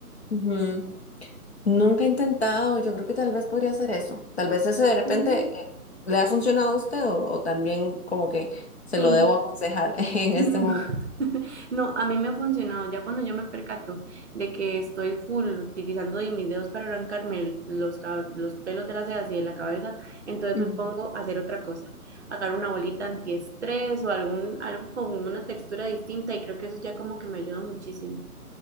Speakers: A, on the left; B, on the right.
A: Ujú. Nunca he intentado, yo creo que tal vez podría hacer eso. Tal vez ese de repente
B: mm,
A: eh, le ha funcionado a usted o, o también como que se
B: Sí.
A: lo debo aconsejar <laughs> en
B: <laughs>
A: este momento.
B: No, a mí me ha funcionado. Ya cuando yo me percato de que estoy full utilizando de mis dedos para arrancarme el- los, cab- los pelos de las cejas y de la cabeza, entonces
A: Ujú.
B: me pongo a hacer otra cosa. Agarro una bolita antiestrés o algún, algo con una textura distinta y creo que eso ya como que me ayuda muchísimo.